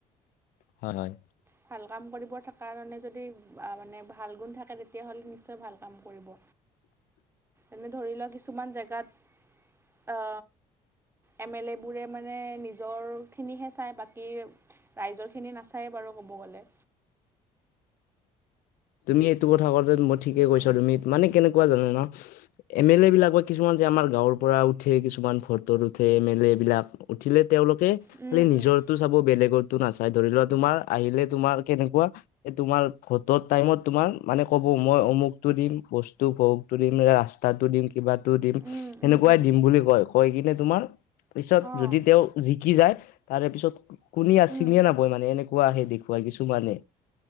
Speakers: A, on the left; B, on the right.
A: হয় হয়।
B: ভাল কাম কৰিব থকাৰ কাৰণে যদি মানে ভাল গুণ থাকে তেতিয়াহ'লে নিশ্চয় ভাল কাম কৰিব।
A: <inaudible>
B: এনে ধৰি লোৱা কিছুমান জেগাত, এ এম এল এ বোৰে মানে নিজৰখিনিহে চায়, বাকী ৰাইজৰ খিনি নাচায়ে বাৰু কব গ'লে।
A: তুমি এইটো কথা কওঁতে মই ঠিকে
B: উম
A: কৈছা তুমি মানে কেনেকুৱা জানা না? এম এল এ বিলাক বা কিছুমান যে আমাৰ গাঁৱৰ পৰা উঠে কিছুমান ভটত উঠে এম এল এ বিলাক উঠিলে তেওঁলোকে
B: উম
A: খালি নিজৰটো
B: উম।
A: চাব বেলেগৰ টো নাচাই, ধৰি লোৱা তোমাৰ আহিলে তোমাৰ কেনেকুৱা? তোমাৰ ভটৰ টাইমত তোমাৰ মানে ক'ব মই অমুকতটো দিম বস্তু বহুতো দিম ৰাস্তাটো দিম কিবাটো দিম
B: উম
A: সেনেকুৱাই
B: উম উম
A: দিম বুলি কয়, কয় কিনে তোমাৰ পিছত
B: অঁ
A: যদি তেওঁ জিকি যায় তাৰে পিছত কুনিয়ে
B: উম
A: ছিনি নাপয় মানে এনেকুৱা কোৱাহে দেখুৱাই কিছুমানে,